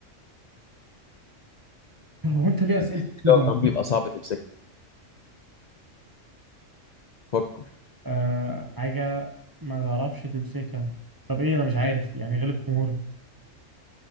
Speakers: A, on the right; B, on the left.
A: هو انت ليه اسئلتك
B: بتحس
A: كده
B: إن هو كمان بيبقى صعب تمسكها فكر
A: آه حاجه ما تعرفش تمسكها طب ايه انا مش عارف يعني غلب حموري